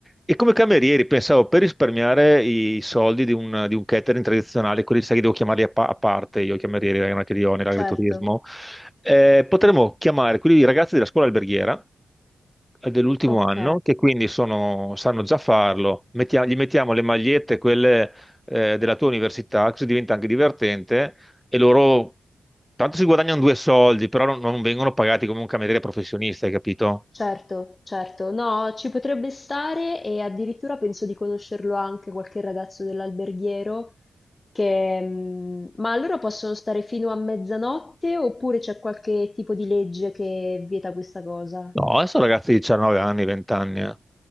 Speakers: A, in the centre; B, on the left.
A: E come camerieri pensavo per risparmiare i soldi di un, di un catering tradizionale, quelli sai che devo chiamarli a, pa- a parte, io i camerieri, non è che li ho nell'agriturismo,
B: certo.
A: eh, potremmo chiamare quelli ragazzi della scuola alberghiera eh, dell'ultimo
B: Ok.
A: anno, che quindi sono- sanno già farlo. Mettia- gli mettiamo le magliette, quelle eh, della tua università, così diventa anche divertente e loro tanto si guadagnano due soldi, però non, non vengono pagati come un cameriere professionista, hai capito?
B: Certo, certo. No, ci potrebbe stare e addirittura penso di conoscerlo anche qualche ragazzo dell'alberghiero che... mm, Ma allora possono stare fino a mezzanotte oppure c'è qualche tipo di legge che vieta questa cosa?
A: No, adesso ragazzi di 19 anni, 20 anni. eh.